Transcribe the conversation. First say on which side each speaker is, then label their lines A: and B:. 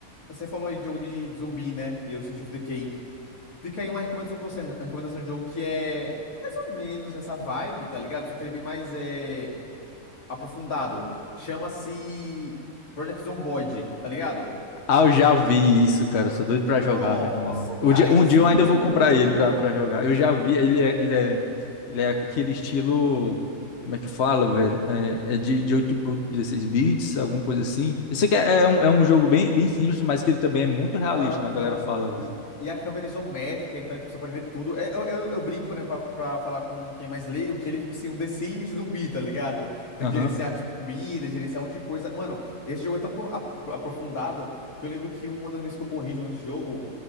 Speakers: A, on the left (about 80°); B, on the left (about 55°).
A: você falou aí de jogo de de zumbi, né? E o State of Decay. Fica aí uma recomendação pra você, né? uma recomendação de jogo que é mais ou menos nessa vibe, tá ligado? Só que ele é bem mais é, aprofundado. Chama-se Project Zomboid, tá ligado?
B: Ah, eu já vi isso, cara. Eu sou doido pra
A: Nossa,
B: jogar, meu irmão. Um
A: cara,
B: dia,
A: esse
B: um dia
A: é
B: eu
A: muito
B: ainda vou
A: louco.
B: comprar ele pra, pra jogar. Eu já vi, ele é, ele é, ele é aquele estilo. Como é que fala, velho? É, é de, de 8 8, 16 bits, alguma coisa assim. Eu sei que é, é um, é um jogo bem, bem simples, mas que ele também é muito realista,
A: Aham,
B: né? A galera
A: aham.
B: fala, velho.
A: E, e a câmera é isométrica, então, tipo, você pode ver tudo. É, Eu, eu, eu brinco, né, pra, pra falar com quem é mais leigo, que ele é, tipo, assim, um The Sims de zumbi, tá ligado? Tem
B: Aham.
A: que gerenciar, tipo, comida, gerenciar um monte de coisa. Mano, esse jogo é tão pro- apro- aprofundado que eu lembro que uma das vezes que eu morri jogando esse jogo,